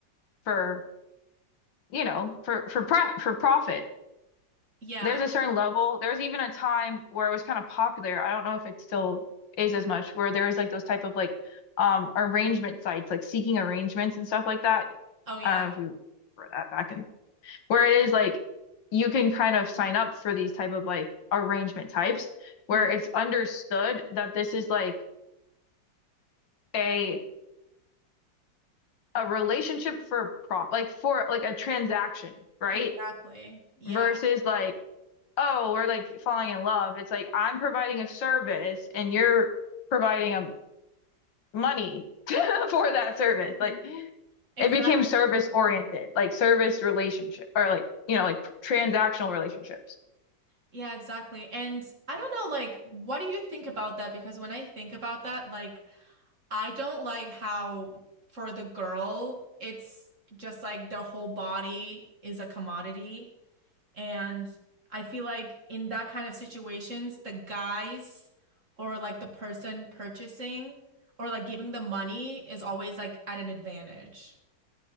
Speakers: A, on the left; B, on the right.
A: for you know, for for pro for profit.
B: Yeah.
A: There's a certain level. There's even a time where it was kind of popular. I don't know if it still is as much, where there was like those type of like um arrangement sites, like seeking arrangements and stuff like that.
B: Oh, yeah.
A: I don't know if you remember that back in where it is like you can kind of sign up for these type of like arrangement types where
B: Mhm.
A: it's understood that this is like a a relationship for prop like for like a transaction, right?
B: Exactly. Yeah.
A: Versus like oh, we're like falling in love. It's like I'm providing a service and you're providing a money <laughs> for that service.
B: Mhm.
A: Like
B: Exact.
A: it became service oriented, like service relationship or like, you know, like transactional relationships.
B: Yeah, exactly. And I don't know, like, what do you think about that? Because when I think about that, like, I don't like how for the girl, it's just like their whole body is a commodity. And I feel like in that kind of situations, the guys or like the person purchasing or like giving the money is always like at an advantage.